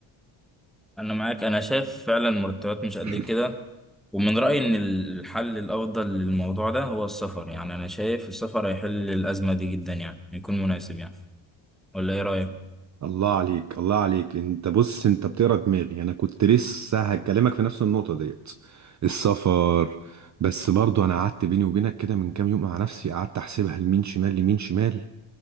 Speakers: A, in the centre; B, on the right.
A: أنا معاك أنا شايف فعلا مرتبات مش قد
B: <clears throat>
A: كده ومن رأيي إن الحل الأفضل للموضوع ده هو السفر يعني أنا شايف السفر هيحل الأزمة دي جدا يعني يكون مناسب يعني ولا إيه رأيك؟
B: الله عليك الله عليك انت بص انت بتقرا دماغي انا كنت لسه هكلمك في نفس النقطه ديت السفر بس برضو انا قعدت بيني وبينك كده من كام يوم مع نفسي قعدت احسبها لمين شمال لمين شمال